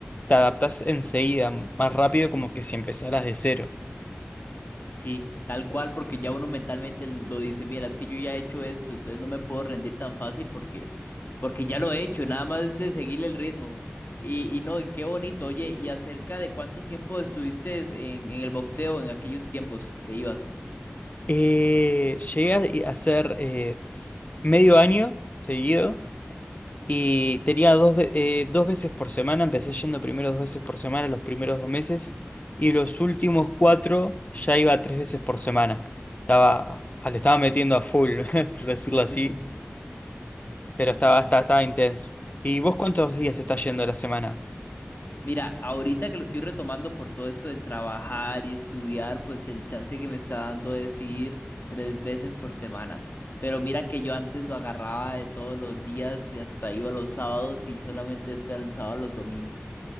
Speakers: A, on the left (about 40°); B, on the left (about 55°).
A: te adaptás enseguida, más rápido como que si empezaras de cero.
B: Sí, tal cual, porque ya uno mentalmente lo dice, mira, es que yo ya he hecho esto, entonces no me puedo rendir tan fácil porque, porque ya lo he hecho, nada más de seguir el ritmo. Y, y no, y qué bonito, oye, y acerca de cuánto tiempo estuviste en, en el boxeo en aquellos tiempos que ibas.
A: Eh, llegué a a hacer eh, s- medio año seguido. Y tenía dos, ve- eh, dos veces por semana, empecé yendo primero dos veces por semana los primeros dos meses y los últimos cuatro ya iba tres veces por semana. Estaba, ah, le estaba metiendo a full, <laughs> por decirlo así,
B: <laughs>
A: pero estaba, estaba, estaba intenso. ¿Y vos cuántos días estás yendo a la semana?
B: Mira, ahorita que lo estoy retomando por todo eso de trabajar y estudiar, pues el chance que me está dando es ir tres veces por semana. Pero mira que yo antes lo agarraba de todos los días y hasta iba los sábados y solamente descansaba los domingos.